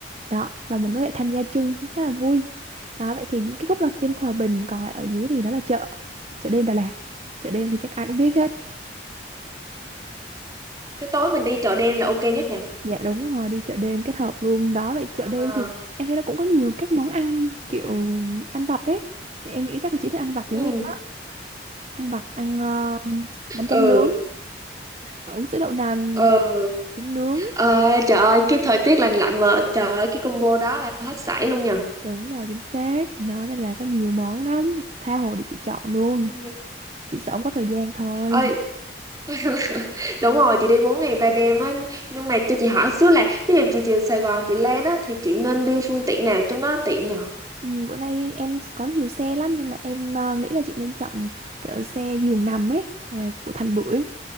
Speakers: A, on the right; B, on the right.
A: Đó, và mình có thể tham gia chung cũng khá là vui. Đó, vậy thì cái khúc là trên Hòa Bình còn lại ở dưới thì đó là chợ, chợ đêm Đà Lạt. Chợ đêm thì chắc ai cũng biết hết.
B: thế tối mình đi chợ đen là ok nhất nha
A: Dạ đúng rồi, đi chợ đêm kết hợp luôn đó. Vậy chợ đêm
B: à,
A: thì em thấy nó cũng có nhiều các món ăn kiểu ăn vặt đấy. Thì Em nghĩ chắc là chị thích ăn vặt
B: ừ.
A: giống em á. Ăn vặt, ăn ờ, bánh tráng
B: ừ
A: nướng, uống sữa đậu nành,
B: ừ
A: trứng nướng.
B: Ờ, trời ơi cái thời tiết lạnh lạnh mà trời ơi cái combo đó là hết sảy luôn nha
A: Đúng rồi, chính xác. Nó nên là có nhiều món lắm. Tha hồ để chị chọn luôn.
B: Ừ.
A: Chị sợ không có thời gian thôi.
B: Ơi
A: <laughs>
B: <laughs> đúng rồi chị đi 4 ngày 3 đêm á nhưng mà cho chị hỏi xíu là ví dụ chị từ Sài Gòn chị lên á thì chị nên đi phương tiện nào cho nó tiện nhở
A: Ừ, bữa nay em có nhiều xe lắm nhưng mà em ờ, nghĩ là chị nên chọn kiểu xe giường nằm ấy và của Thành Bưởi.